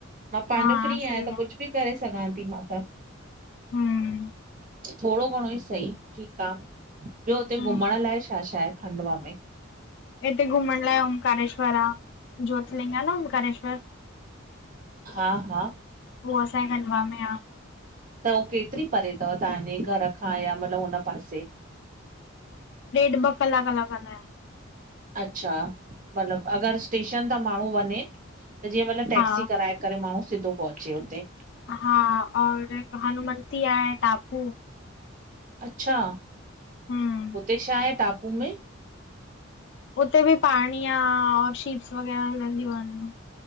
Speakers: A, on the right; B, on the left.
A: मां पांजो
B: हा
A: फ्री
B: सही
A: आयां, त
B: आ
A: कुछ बि करे सघां ती मां त।
B: हूं
A: थोड़ो घणो ई सही, ठीक आ, ॿयो हुते
B: हम्म
A: घुमण लाइ छा छा आहे, खंडवा में?
B: इते घुमण लाइ ओंकारेश्वर आ, ज्योतर्लिंग आ न ओकारेश्वर।
A: हा हा
B: उहो असांजे खंडवा में आ।
A: त हू केतरी परे तव, तहांजे घर खां या मतिलब हुन पासे?
B: ॾेढ़, ॿ कलाक लॻंदा एन।
A: अच्छा, मतलब अगर स्टेशन तां माण्हूं वञे, त जीअं मतलब टैक्सी
B: हा
A: कराए करे माण्हूं, सिधो पहुचे हुते।
B: हा, और इक हनुमंती आहे टापू।
A: अच्छा,
B: हम्म
A: हुते छाहे टापू में?
B: उते बि पाणी आ, और शीप्स वग़ैरा हलंदयूं एन।